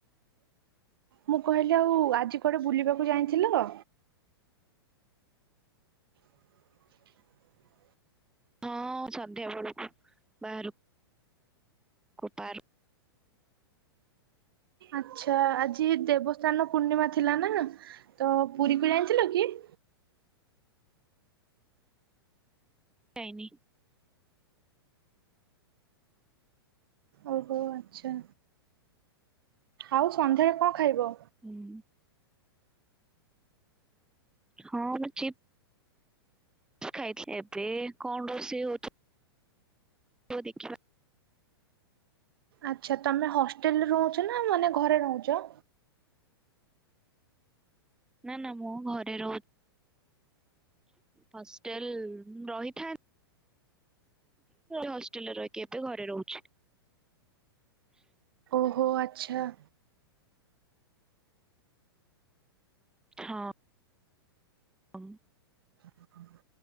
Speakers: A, on the right; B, in the centre.
A: ମୁଁ କହିଲି ଆଉ ଆଜି କୁଆଡେ ବୁଲିବାକୁ ଯାଇଥିଲ? <inaudible>
B: ହଁ ସନ୍ଧ୍ୟା ବେଳକୁ ବାହାରକୁ। କୋପାର୍
A: ଆଚ୍ଛା ଆଜି ଦେବସ୍ଥାନ ପୂର୍ଣ୍ଣିମା ଥିଲା ନା ନା ତ ପୁରୀ କ ଯାଇଥିଲ କି? <inaudible>
B: ଯାଇନି।
A: ଓହୋ ଆଚ୍ଛା ଆଉ ସନ୍ଧ୍ୟାରେ କଣ ଖାଇବ?
B: ହୁଁ ହଁ ଠି ଖାଇଥିଲେ ଏବେ କଣ ରୋଷେଇ ହଉ ହଉ ଦେଖିବା।
A: ଆଚ୍ଛା ତମେ ହଷ୍ଟେଲରେ ରହୁଚ ନା ମାନେ ଘରେ ରହୁଚ?
B: ନା ନା ମୁଁ ଘରେ ରହୁ ହଷ୍ଟେଲ ରହିଥା ହଷ୍ଟେଲରେ ରହିକି ଏବେ ଘରେ ରହୁଚି। <inaudible>
A: ଓହୋ ଆଚ୍ଛା।
B: ହଁ। ହଁ।
A: ହ